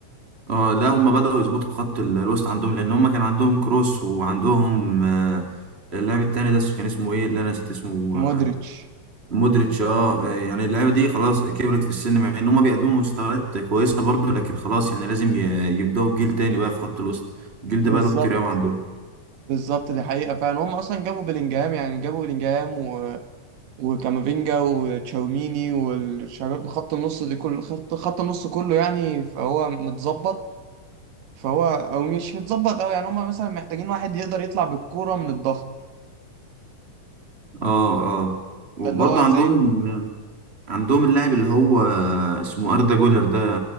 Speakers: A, on the right; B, on the right.
A: اه لا هما بدأوا يظبطوا خط ال- الوسط عندهم لان هما كان عندهم كروس وعندهم آه، اللاعب التاني ده كان اسمه ايه اللي انا نسيت اسمه
B: مودريتش
A: آه، مودريتش اه آه، يعني اللعيبه دي خلاص كبرت في السن مع ان هما بيقدموا مستويات كويسه برضو لكن خلاص يعني لازم ي- يبدأوا بجيل تاني بقى في خط الوسط الجيل ده
B: بالظبط
A: بقاله كتير قوي عندهم
B: بالظبط دي حقيقه فعلا هم اصلا جابوا بلينجهام يعني جابوا بلينجهام وكامافينجا وتشاوميني والشباب خط النص دي كل خط خط النص كله يعني فهو متظبط فهو او مش متظبط قوي يعني هم مثلا محتاجين واحد يقدر يطلع بالكوره من الضغط
A: اه اه وبرضه
B: ده اللي هو زي
A: عندهم عندهم اللاعب اللي هو اسمه اردا جولر ده